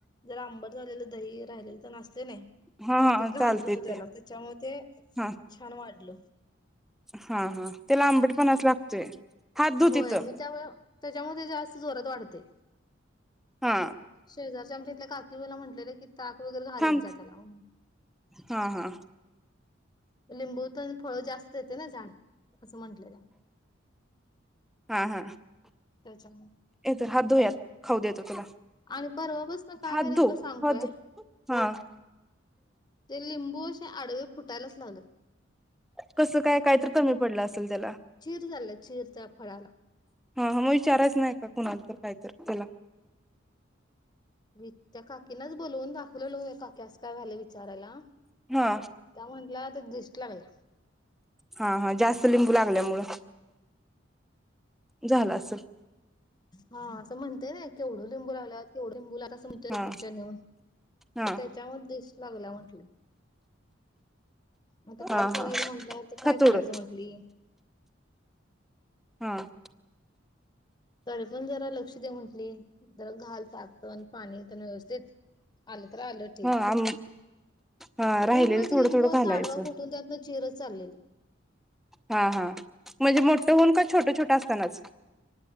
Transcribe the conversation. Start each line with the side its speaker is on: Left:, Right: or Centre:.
Left: जर आंबट झालेलं दही राहिलेलं तेन असतय क नाही
Centre: हा हा
Left: ते घालल
Centre: चालते
Left: होत त्याला
Centre: ते
Left: त्याच्यामुळे ते
Centre: हा
Left: छान वाढल
Centre: हा हा तेला आंबटपणाच लागतोय हात धु
Left: होय
Centre: तिथं
Left: मग त्यामुळे त्याच्यामुळे ते जास्त जोरात वाढतय
Centre: हा
Left: शेजारच्या आमच्या इथल्या काकी मला म्हटलेल्या कि ताक वगैरे घालत
Centre: थांब
Left: जा त्याला म्हणून
Centre: हा हा
Left: लिंबू तर फळ जास्त येते ना झाड असं म्हटलेल्या
Centre: हा, हा
Left: त्याच्या
Centre: हे तर हात धू यात खाऊ देतो तुला
Left: आणि परवा पासन काय
Centre: हात
Left: व्हालं
Centre: धु
Left: तुला सांगू
Centre: हात
Left: काय
Centre: धु हा
Left: ते लिंबूच त्या आडवे फुटायलाच लागलेत
Centre: कसं काय कायतर कमी पडलं असल त्याला
Left: चीर झाल्या चीर त्या फळाला
Centre: हा, हा मग विचारायच नाही का कुणाला तर काय तर त्याला
Left: मी त्या काकीनाच बोलवून दाखवलेलो आहे काक्यास काय झाले विचारायला
Centre: हा
Left: त्या म्हटल्या ते द्रीष्ट लागल्या
Centre: हा हा, जास्त लिंबू लागल्यामुळं, झालं असल.
Left: हा, असं म्हणतेय नाई केवढं लिंबू लागल्या तेवढं लिंबू लागल्या
Centre: हा
Left: कुमच्या नऊन,
Centre: हा
Left: ते त्याच्या मुळ द्रिष्ट लागल्या म्हटलं. म आता काय
Centre: हा
Left: करायचं
Centre: हा
Left: म्हटलं तर काय
Centre: खतोडून
Left: करायचं म्हंटली.
Centre: हां.
Left: तरी पण जरा लक्ष दे म्हटली, जरा घाल साचण पाणी तण व्यवस्थित. आलं तर आलं ठीक,,
Centre: हा आम हा राहिलेलं
Left: पूर्ण अस
Centre: थोडं
Left: लिंबू
Centre: थोडं
Left: असा
Centre: घालायचं
Left: आडवा फुटून त्यात चिरच चाललेली.
Centre: हा हा, म्हणजे मोठं होऊन का छोटं छोटं असतानाच.